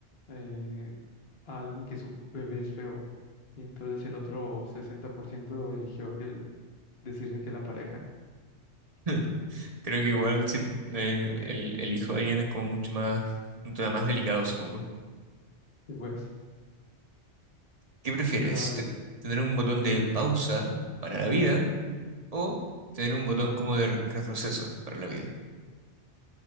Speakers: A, on the left; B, on the right.
A: eh, a alguien que su bebé es feo. Y entonces el otro 60% eligió que el- decirle que la pareja.
B: <laughs> Creo que igual, sí, po, eh, el, el hijo de alguien es como mucho más, un tema más delicado, supongo.
A: Y pues,
B: ¿Qué prefieres?
A: pero a ver,
B: ¿Te- ¿Tener un botón de pausa para la vida o tener un botón como de re- retroceso para la vida?